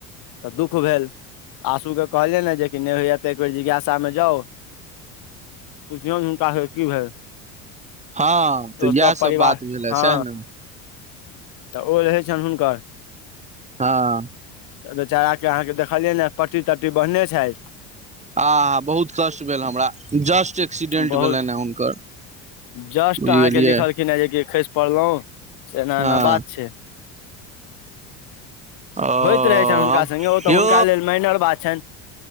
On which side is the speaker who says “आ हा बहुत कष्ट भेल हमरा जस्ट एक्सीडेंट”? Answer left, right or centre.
Right